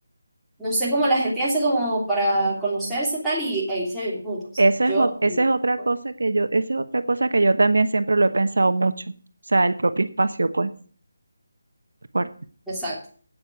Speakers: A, in the centre; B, on the right.
A: No sé cómo la gente hace como para conocerse tal y, e irse a vivir juntos. O sea,
B: Eso
A: yo
B: es, o- esa
A: no
B: es otra
A: puedo.
B: cosa que yo, esa es otra cosa que yo también siempre lo he pensado mucho. O sea, el propio espacio, pues, fuerte.
A: Exacto.